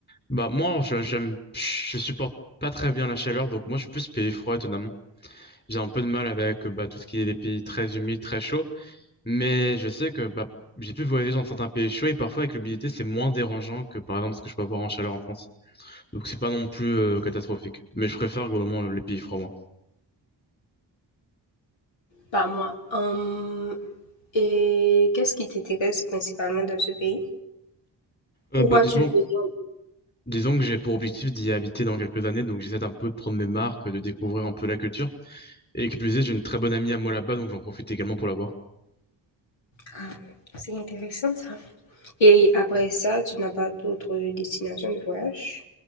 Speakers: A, on the left; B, on the left.
A: Bah, moi, je- j'aime, je supporte pas très bien la chaleur, donc moi, je suis plus pays froid, étonnamment. J'ai un peu de mal avec euh, bah, tout ce qui est les pays très humides, très chauds. Mais je sais que bah, j'ai pu voyager dans certains pays chauds et parfois avec l'humidité c'est moins dérangeant que par exemple ce que je peux avoir en chaleur en France. Donc c'est pas non plus euh, catastrophique. Mais je préfère globalement euh, les pays froids moi.
B: Pas moi. Hum, et qu'est-ce qui t'intéresse principalement dans ce pays?
A: Euh,
B: Pourquoi
A: bah disons,
B: tu veux dire?
A: disons que j'ai pour objectif d'y habiter dans quelques années, donc j'essaie un peu de prendre mes marques, de découvrir un peu la culture. Et qui plus est, j'ai une très bonne amie à moi là-bas, donc j'en profite également pour la voir.
B: Ah, c'est intéressant ça. Et après ça, tu n'as pas d'autres destinations de voyage?